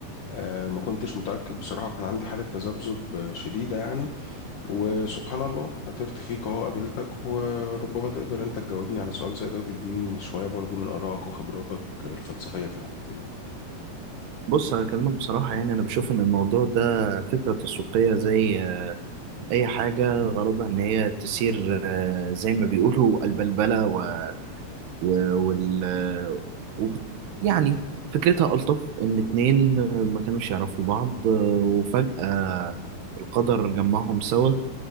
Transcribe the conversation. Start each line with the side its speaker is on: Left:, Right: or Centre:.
Left: آه، ما كنتش متأكد بصراحة وكان عندي حالة تذبذب شديدة يعني وسبحان الله عثرت فيك اهو قابلتك وربما تقدر انت تجاوبني على سؤال زي ده وتديني شوية برضو من آرائك وخبراتك الفلسفية في الحتة دي
Right: بص هكلمك بصراحة يعني أنا بشوف إن الموضوع ده فكرة تسويقية زي آه، أي حاجة غرضها إن هي تثير آه، زي ما بيقولوا البلبلة و... و... وال... آه، وب... يعني فكرتها ألطف إن اتنين آه، ما كانوش يعرفوا بعض آه، وفجأة القدر جمعهم سوا